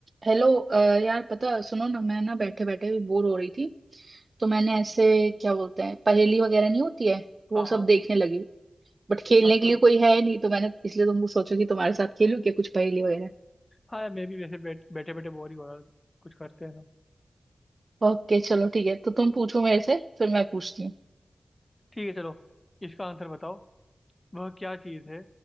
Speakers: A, on the right; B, on the left.
A: Hello अ, यार पता सुनो ना मैं ना बैठे बैठे भी बोर हो रही थी तो मैंने ऐसे क्या बोलते हैं पहेली वगैरह नहीं होती है वो
B: हाँ
A: सब
B: हाँ
A: देखने लगी बट खेलने
B: अच्छा
A: के लिए कोई है नहीं तो मैंने इसलिए तुमको सोचा कि तुम्हारे साथ खेलूं क्या कुछ पहेली वगैरह
B: हाँ यार मैं भी वैसे बैठ, बैठे बैठे बोर ही हो रहा था। कुछ करते हैं ना
A: ओके चलो ठीक है तो तुम पूछो मेरे से फिर मैं पूछती हूँ
B: ठीक है चलो इसका आंसर बताओ वह क्या चीज़ है